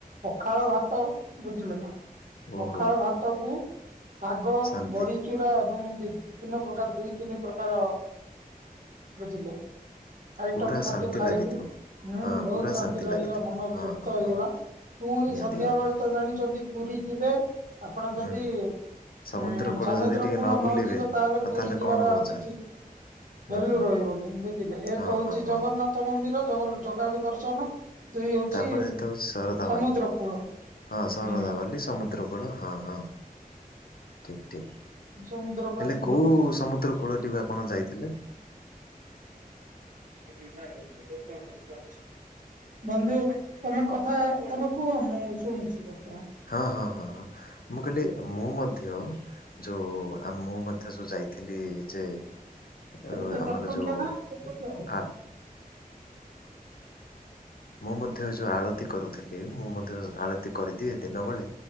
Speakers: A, on the right; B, on the left.
A: ପଖାଳ ଭାତ ବୁଝିଲେ ନା। ପଖାଳ
B: ଓହୋ
A: ଭାତ କୁ ଶାଗ
B: ଶାନ୍ତି
A: ବଡିଚୁରା ଏବଂ ଏମତି ବିଭିନ୍ନ ପ୍ରକାର ଦୁଇ ତିନି ପ୍ରକାର ବୁଝିଲେ। ଆଇଟମ
B: ପୁରା
A: ଖାଦ୍ୟ
B: ଶାନ୍ତି
A: ଖାଇଲୁ
B: ଲାଗିଥିବ।
A: ହୁଁ
B: ହଁ
A: ବହୁତ
B: ପୁରା
A: ଶାନ୍ତି ଲାଗିଲା
B: ଲାଗିଥିବ
A: ମନ
B: ହଁ
A: ତୃପ୍ତ
B: ହଁ
A: ହେଇଗଲା।
B: ହଁ
A: ପୁଣି
B: ନିହାତି
A: ସନ୍ଧ୍ୟା
B: ଭାବରେ
A: ବେଳେ ତ ଜାଣିଛନ୍ତି ପୁରୀ ଯିବେ। ଆପଣ
B: ହୁଁ।
A: ଯଦି ଉଁ
B: ସମୁଦ୍ର କୂଳ
A: ସମୁଦ୍ର
B: ଯଦି ଟିକେ
A: କୂଳ ନ
B: ବୁଲିବେ
A: ଯିବେ। ତାହେଲେ ପୁରୀ
B: ଆଉ ତାହେଲେ
A: ଯିବାର
B: କଣ ମଜା
A: ଆଉ କିଛି
B: ହୁଁ
A: ଭ୍ୟାଲୁ
B: ହୁଁ
A: ରହିବନି ବୁଝିଲେ ଏ
B: ହଁ
A: କହୁଛି
B: ହଁ ହଁ
A: ଜଗନ୍ ଗନ୍ନାଥ ମନ୍ଦିର ଜଗନ ଜଗାକୁ ଦର୍ଶନ। ଦୁଇ ହଉଛି
B: ତାପରେ ଏତ ହେଉଛି ଶରଧାବାଲି।
A: ସମୁଦ୍ର କୂଳ
B: ହଁ ସରଧାବାଲି
A: ହୁଁ
B: ସମୁଦ୍ରକୁଳ ହଁ ହଁ ଠିକ ଠିକ।
A: ସମୁଦ୍ରକୁ
B: ହେଲେ
A: ଆସିଲୁ
B: କୋଉ ସମୁଦ୍ର କୂଳଟିକୁ ଆପଣ ଯାଇଥିଲେ?
A: ଏଠ ବି ନା ହେ ଲୋକ କେ <unintelligible> ବନ୍ଧୁ ତମେ କଥା ତମେ କୁହ ମୁଁ ଶୁଣୁଛି ବର୍ତ୍ତମାନ।
B: ହଁ ହଁ ହଁ ହଁ ମୁଁ କହିଲି ମୁଁ ମଧ୍ୟ ଯୋଉ ଆ ମୁଁ ମଧ୍ୟ ଯୋଉ ଯାଇଥିଲି ଯେ ଆ
A: କେତେ
B: ଆମର
A: ଦଶ ଟଙ୍କିଆ
B: ଯୋଉ
A: ନା କେତେ ଟଙ୍କିଆ?
B: ଆ ମୁଁ ମଧ୍ୟ ଏ ଯୋଉ ଆଳତି କରୁଥିଲି ମୁଁ ମଧ୍ୟ ଆଳତି କରିଦିଏ ଦିନବେଳେ।